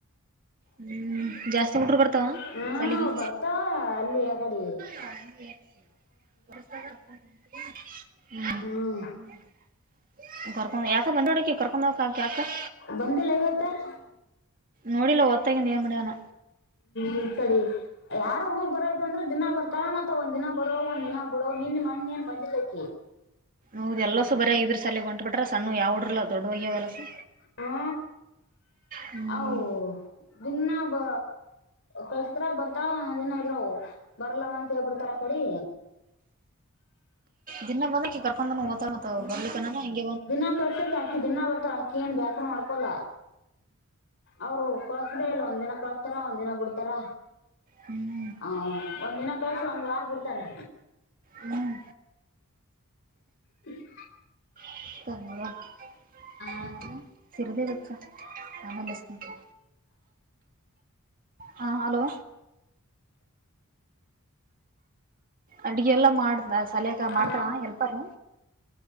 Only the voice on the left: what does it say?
ಹ
ಬರ್ತಾ ಅಲ್ಲಿ ಆ ಕಡೆ
ಹ್ಮ್
ಬಂದಿಲ್ಲ ಇವತ್ತ ಹ್ಮ್
ಇ ಸಡಿ ಯಾರ ಹುಡುಗರ್ ಬರೋ ಅಂದ್ರೆ ದಿನ ಬರ್ತಾ ಮತ್ತ ಒಂದ ದಿನ ಬರೋ ಒಂದ್ ದಿನ ಬಿಡೋ ನಿನ್ ಮಣ್ಣ ಏನ್ ಬಂದಿರ್ಲಕ್ಕಿ
ಹಾ
ಅವು ದಿನ್ನ ಬ. ಕಳಸ್ತಾರ ಬರ್ತಾರ ನನ್ರು ಬರಲ್ಲವ ಅಂತ ಹೇಳ್ಬಿಡ್ತಾರ ಆ ಕಡೆ.
ದಿನಾ ಕಚರ್ದ ಅಕಿ ದಿನಾ ಬರ್ತ ಅಕಿ ಏನ್ ಬ್ಯಾಸ್ರ ಮಾಡ್ಕೊಲ. ಅವರು ಕೊಳ್ಸ್ದೇ ಇಲ್ಲ ಒಂದ ದಿನ ಕಳಸ್ತಾರ ಒಂದ್ ದಿನ ಬಿಡ್ತಾರ.
ಹ ಒಂದಿನ ಕಳ್ಸ ಒಂದ್ ವಾರ ಬಿಡ್ತಾರೆ.
<inaudible>
ಆ
ಆ